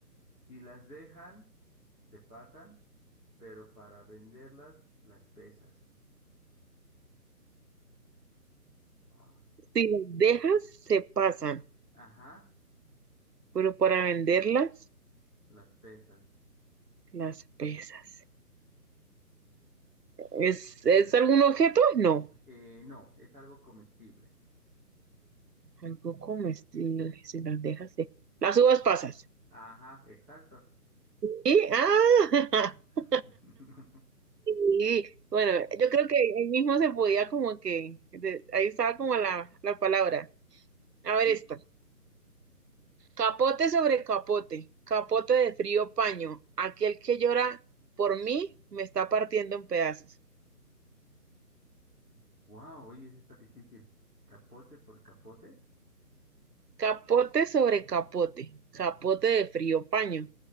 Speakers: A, in the centre; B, on the right.
A: Si las dejan, se pasan. pero para venderlas, las pesas. Ah,
B: si las dejas, se pasan,
A: ajá,
B: pero para venderlas,
A: las pesas.
B: las pesas. ¿Es, es algún objeto? No.
A: Eh, no, es algo comestible.
B: Algo comestible, si las dejas, se... Las uvas pasas.
A: Ajá, exacto.
B: Y, ah, <laughs>
A: <laughs>
B: y, bueno, yo creo que ahí mismo se podía como que, de- ahí estaba como la, la palabra. A ver
A: Sí,
B: esta. Capote sobre capote, capote de frío paño. Aquel que llora por mí me está partiendo en pedazos.
A: wow, oye, eso está difícil. ¿Capote por capote?
B: Capote sobre capote, capote de frío paño.